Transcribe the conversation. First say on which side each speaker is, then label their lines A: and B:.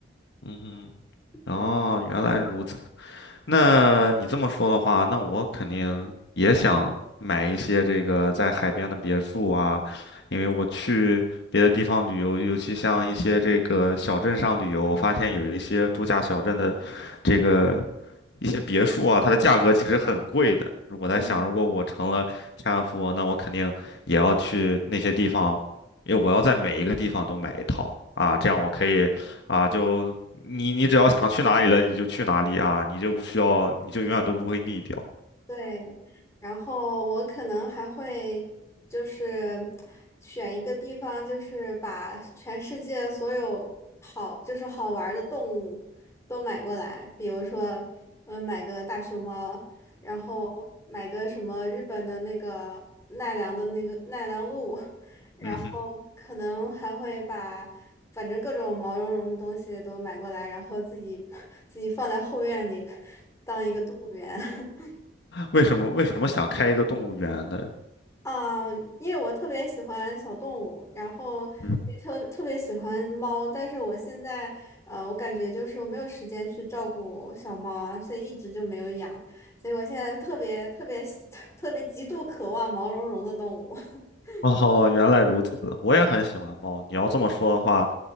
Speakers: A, on the left (about 65°); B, on the left (about 15°).
A: 嗯哼。哦，
B: 嗯
A: 原来如此。那你这么说的话，那我肯定也想买一些这个在海边的别墅啊，因为我去别的地方旅游，尤其像一些这个小镇上旅游，我发现有一些度假小镇的这个一些别墅啊，它的价格其实很贵的。我在想，
B: 嗯。
A: 如果我成了千万富翁，那我肯定也要去那些地方，因为我要在每一个地方都买一套啊，这样我可以啊，就你你只要想去哪里了，你就去哪里啊，你就不需要，你就永远都不会腻掉。
B: 对，然后我可能还会就是选一个地方，就是把全世界所有好就是好玩儿的动物都买过来，比如说，呃，买个大熊猫，然后买个什么日本的那个奈良的那个奈良鹿，然后可能还会把反正各种毛茸茸的东西都买过来，
A: 嗯哼，
B: 然后自己 <laughs> 自己放在后院里 <laughs> 当一个动物园。<laughs>
A: 为什么为什么想开一个动物园呢？
B: 啊，因为我特别喜欢小动物，然后也特特别喜欢猫，
A: 嗯，
B: 但是我现在呃，我感觉就是我没有时间去照顾小猫啊，所以一直就没有养，所以我现在特别特别喜 <laughs> 特别极度渴望毛茸茸的动物。<laughs>
A: 哦，原来如此，我也很喜欢猫。你要这么说的话，